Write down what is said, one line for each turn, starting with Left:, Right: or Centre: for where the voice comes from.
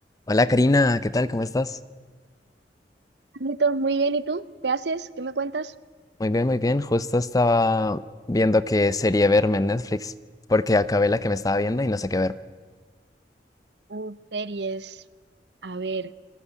Left: Hola Karina, ¿qué tal? ¿Cómo estás?
Right: Carlitos, muy bien, ¿y tú? ¿Qué haces? ¿Qué me cuentas?
Left: Muy bien, muy bien. Justo estaba viendo qué serie verme en Netflix, porque acabé la que me estaba viendo y no sé qué ver.
Right: Uh, series. A ver,